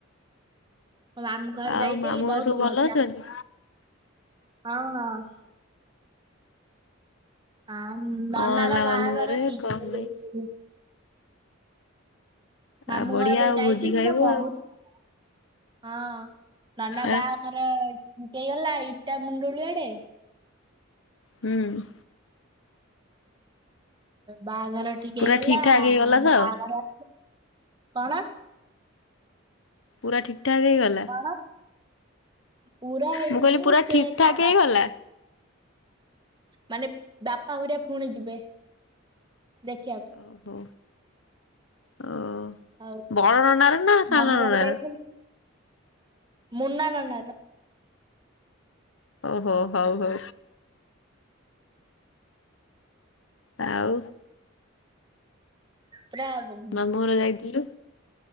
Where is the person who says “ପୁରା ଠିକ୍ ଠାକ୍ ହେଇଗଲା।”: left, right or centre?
Left